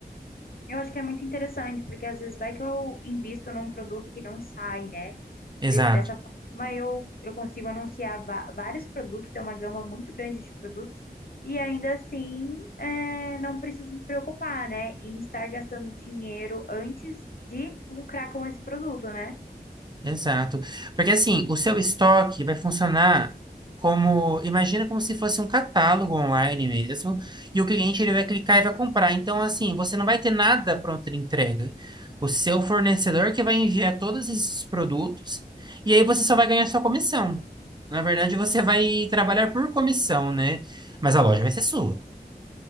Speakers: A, on the left (about 60°); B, on the right (about 25°).
A: Eu acho que é muito interessante, porque às vezes vai que eu invisto num produto que não sai, né?
B: Exato.
A: Des- dessa forma eu, eu consigo anunciar va- vários produtos, ter uma gama muito grande de produtos, e ainda assim é, não preciso me preocupar, né? Em estar gastando dinheiro antes de lucrar com esse produto, né?
B: Exato. Porque assim, o seu estoque vai funcionar como, imagina como se fosse um catálogo online mesmo, e o cliente ele vai clicar e vai comprar. Então, assim, você não vai ter nada pronto de entrega. O seu fornecedor que vai enviar todos esses produtos, e aí você só vai ganhar sua comissão. Na verdade, você vai trabalhar por comissão, né? Mas a loja vai ser sua.